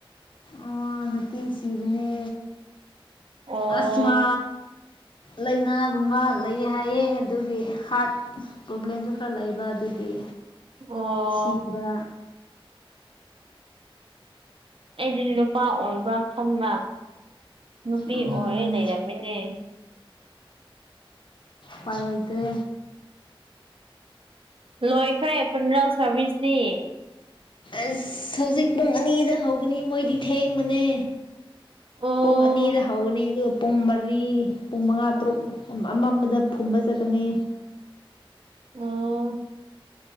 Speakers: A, on the left; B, on the right.
A: ꯑꯣ ꯅꯨꯄꯤ ꯁꯤꯕꯅꯦ
B: ꯑꯣ
A: ꯑꯁꯃꯥ ꯂꯥꯏꯅꯥꯒꯨꯝꯕ ꯂꯩꯌꯦ ꯍꯥꯏꯌꯦ ꯑꯗꯨꯒꯤ ꯍꯥꯔ꯭ꯇ ꯄ꯭ꯔꯣꯕ꯭ꯂꯦꯝꯁꯨ ꯈꯔ ꯂꯩꯕ ꯑꯗꯨꯒꯤ
B: ꯑꯣ
A: ꯁꯤꯕ
B: ꯑꯩꯗꯤ ꯅꯨꯄꯥ ꯑꯣꯏꯕ꯭ꯔꯥ ꯈꯟꯕ ꯅꯨꯄꯤ
A: ꯎꯝ
B: ꯑꯣꯏꯔ ꯂꯩꯔꯝ ꯃꯤꯅꯦ
A: ꯄꯥꯏ ꯂꯩꯇ꯭ꯔꯦ
B: ꯂꯣꯏꯈ꯭ꯔꯦ ꯐꯨꯅꯔꯦꯜ ꯁꯥꯔꯚꯤꯁꯇꯤ
A: ꯑꯁ ꯍꯧꯖꯤꯛ ꯄꯨꯡ ꯑꯅꯤꯗ ꯍꯧꯒꯅꯤ ꯃꯣꯏꯗꯤ ꯊꯦꯡꯕꯅꯦ
B: ꯑꯣ
A: ꯄꯨꯡ ꯑꯅꯤꯗ ꯍꯧꯒꯅꯤ ꯑꯗꯨꯒ ꯄꯨꯡ ꯃꯔꯤ ꯄꯨꯡ ꯃꯉꯥ ꯇꯔꯨꯛ ꯑꯃꯝꯕꯗ ꯐꯨꯝꯕ ꯆꯠꯀꯅꯤ
B: ꯑꯣ